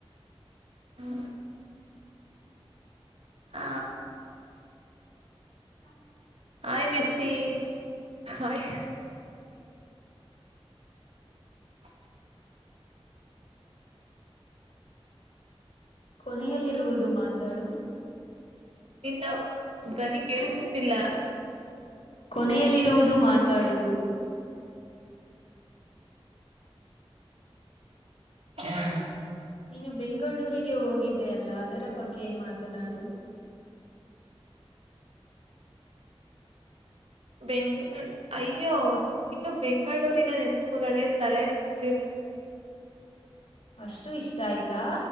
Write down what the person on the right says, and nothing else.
ಹ್ಮ ಹ
ಆಯ್ ಬೆಷ್ಟಿ ಹಾಯಿ <unintelligible>
ನಿನ್ನ ಧ್ವನಿ ಕೇಳಿಸುತ್ತಿಲ್ಲ
ಹಾ <unintelligible>
ಬೆಂಗ ಅಯ್ಯೋ ಇನ್ನು ಬೆಂಗಳೂರಿನ ನೆನಪುಗಳೇ ತಲೆ ತುಂಬಿವೆ